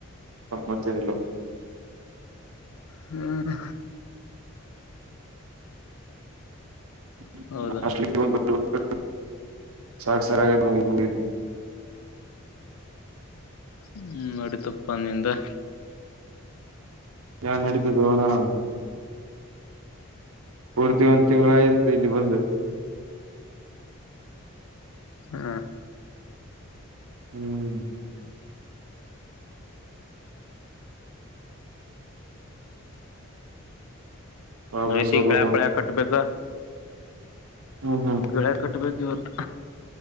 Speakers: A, on the right; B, on the left.
A: ಮತೆನೀಲ್ಲ
B: ಹ್ಮ್
A: <inaudible>
B: ಹೌದಾ
A: ನಲಿ <inaudible> ಸಾಕಸರಾಯದ ಮಗ ಮಂದೀರ
B: ಹ್ಮ್ ನಡತಪ ನಿಂದ್
A: <unintelligible> ನ್ ಅಡುಕ್ಕೆ ತೋಣಾ ಪೂರ್ತಿ ಒಂದು ತಿಂಗಳಾಯಿತು ಇಲ್ಲಿ ಬಂದು
B: ಹ
A: ಹ್ಮ್ ವಾಪಸ್
B: ಆಯ್ತ
A: ಹೋಗ್ಬೇಕು
B: ಈಗ ಗಳ್ಯಾಪಳ ಕಟ್ಬೇಕ
A: ಹ್ಮ್ ಹ್ಮ್
B: ಗಳಕಟ್ಟ ಬೇಕು ಇವತ್ತು